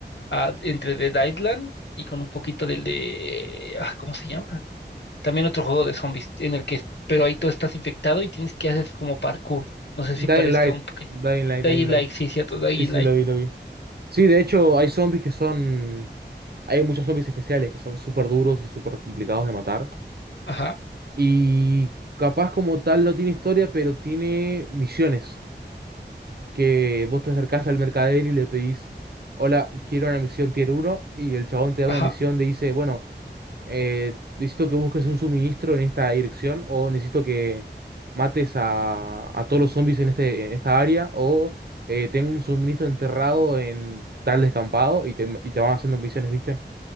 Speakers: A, on the left (about 70°); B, on the right (about 60°).
A: a entre The Island y con un poquito del de... ah, ¿cómo se llama? También otro juego de zombies en el que, pero ahí tú estás infectado y tienes que hacer como parkour. No sé
B: Dying
A: si parezca
B: Light,
A: un poquito.
B: Dying Light,
A: Dying
B: Dying Light.
A: Light, sí, cierto, Dying
B: Sí, sí,
A: Light.
B: lo vi, lo vi. Sí, de hecho, hay zombies que son... Hay muchos zombies especiales que son súper duros y súper complicados de matar.
A: Ajá,
B: Y capaz como tal no tiene historia, pero tiene misiones. Que vos te acercás al mercader y le pedís, hola, quiero una misión tier uno Y el chabón te da
A: ajá,
B: una misión de dice, bueno... eh, necesito que busques un suministro en esta dirección o necesito que mates a, a todos los zombies en este, en esta área o eh, tengo un suministro enterrado en tal descampado y te, y te van haciendo misiones, ¿viste?